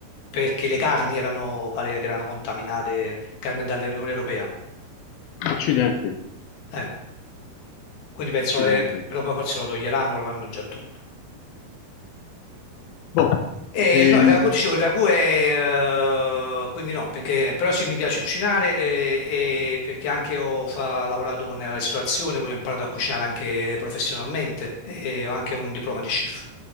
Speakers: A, on the left; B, on the left.
A: perché le carni erano, pare che erano contaminate, carne dall'Unione Europea.
B: Accidenti,
A: Eh, quindi penso
B: accidenti.
A: che però poi forse lo toglieranno, lo vanno già tolto.
B: Boh,
A: E
B: ehm,
A: il- no, il ragù, dicevo, il ragù è... eh, quindi no, perché, però sì, mi piace cucinare eh, e, perché anche ho fa- lavorato con la ristorazione, quindi ho imparato a cucinare anche professionalmente e ho anche un diploma di chef.